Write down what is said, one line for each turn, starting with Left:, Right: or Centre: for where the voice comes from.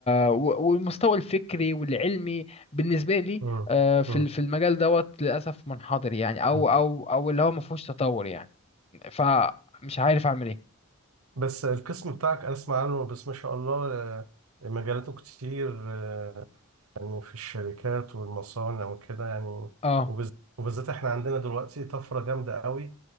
Left: و- والمستوى الفكري والعلمي بالنسبة لي
Right: مم.
Left: آه، في
Right: مم.
Left: ال- في المجال دوت للأسف منحدر يعني أو
Right: مم.
Left: أو أو اللي هو ما فيهوش تطور يعني فمش عارف أعمل إيه
Right: بس القسم بتاعك اسمع عنه بس ما شاء الله آه، مجالاته كتير آه، يعني في الشركات والمصانع وكده يعني
Left: اه
Right: وبز- وبالذات احنا عندنا دلوقتي طفرة جامدة قوي